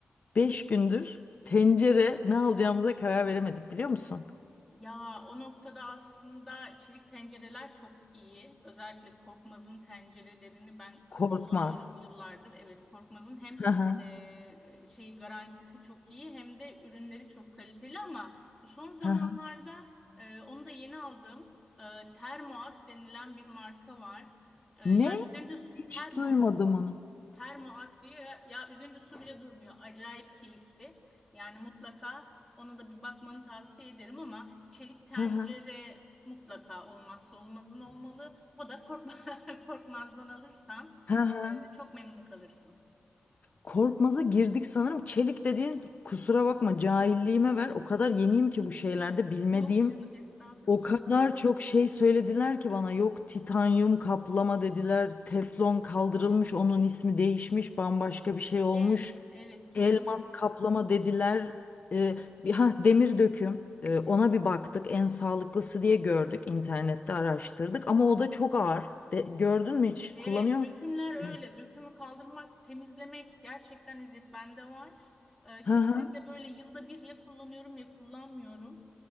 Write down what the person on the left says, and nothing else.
Beş gündür tencere ne alacağımıza karar veremedik biliyor musun?
Korkmaz.
Hı hı,
hı hı.
Ne?
Hiç
duymadım onu.
Hı hı,
hı hı.
Korkmaz'a girdik sanırım. Çelik dediğin kusura bakma cahilliğime ver. O kadar yeniyim ki bu şeylerde bilmediğim
O kadar çok şey söylediler ki bana yok titanyum kaplama dediler, teflon kaldırılmış, onun ismi değişmiş, bambaşka bir şey olmuş.
Elmas kaplama dediler. Ee, bir ha demir döküm. Ee, ona bir baktık. En sağlıklısı diye gördük. internette araştırdık ama o da çok ağır. De- gördün mü hiç?
Kullanıyor musun?
demir döküm?
Hı
hı.